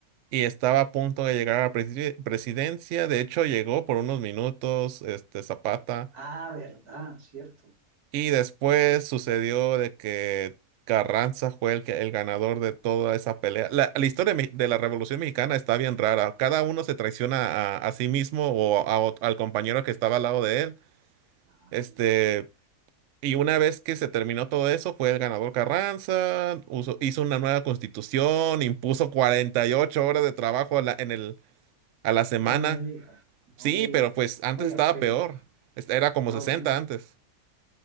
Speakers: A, on the right; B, on the right.
A: y estaba a punto de llegar a la presi- presidencia, de hecho llegó por unos minutos, este Zapata,
B: Ah, verdad, cierto.
A: y después sucedió de que Carranza fue el, que- el ganador de toda esa pelea. La, la historia me- de la Revolución Mexicana está bien rara, cada uno se traiciona a, a sí mismo o a ot- al compañero que estaba al lado de él.
B: Ah,
A: Este,
B: qué lástima.
A: Y una vez que se terminó todo eso, fue el ganador Carranza, uso- hizo una nueva constitución, impuso 48 horas de trabajo a la, en el, a la semana.
B: No me diga, no
A: Sí,
B: me diga.
A: pero pues antes
B: Oiga,
A: estaba
B: pero,
A: peor. Es- Era como
B: ah,
A: sesenta
B: bueno.
A: antes.